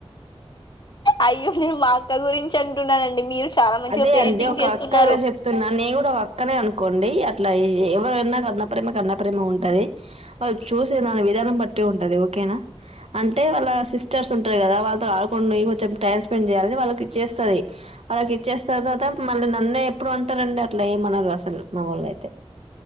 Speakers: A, on the left (about 45°); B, on the right (about 80°).
A: అయ్యో నేను మా అక్క గురించి అంటున్నానండి మీరు చాలా మంచిగా
B: అదే
A: పేరెంటింగ్
B: అండి ఒక
A: చేస్తున్నారు
B: అక్కగా చెప్తున్నా నేను కూడా ఒక అక్కనే అనుకు అనుకోండి అట్లా ఎవరైనా కన్న ప్రేమ కన్న ప్రేమ ఉంటంది వా చూసే దాని విధానం పట్టి ఉండడాద ఓకేనా అంటే వాళ్ళ సిస్టర్స్ ఉంటారు కదా వాళ్ళతో ఆడుకుండి కొంచెం టైమ్ స్పెండ్ చేయాలని వాళ్ళకి చేస్తుంది అలా చ్చ చేస్తారు తవాత మళ్ళీ నన్నే ఎప్పుడు అంటారంండి అట్లా ఏమన్నారు అసలు మా వాళ్ళ అయితే